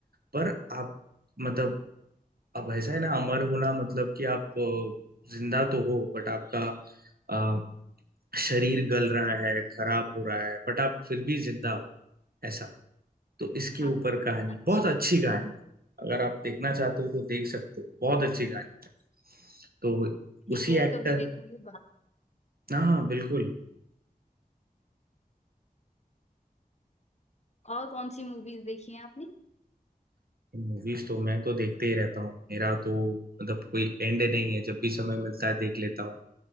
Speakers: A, on the right; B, on the left.
A: पर आप मतलब अब ऐसा है ना अमर होना मतलब कि आप अ, जिंदा तो हो बट आपका अ, शरीर गल रहा है खराब हो रहा है बट आप फिर भी जिंदा हो ऐसा तो इसके
B: हाँ
A: ऊपर कहानी
B: अच्छा
A: बहुत अच्छी कहानी है अगर आप देखना चाहते हो तो देख सकते हो बहुत अच्छी कहानी है तो
B: ठीक
A: उसी
B: है
A: एक्टर
B: कभी देखेंगे बात
A: हाँ बिल्कुल
B: और कौन सी मूवीज देखी हैं आपने
A: मूवीज तो मैं तो देखते ही रहता हूँ मेरा तो मतलब कोई एंड नहीं है जब भी समय मिलता है देख लेता हूँ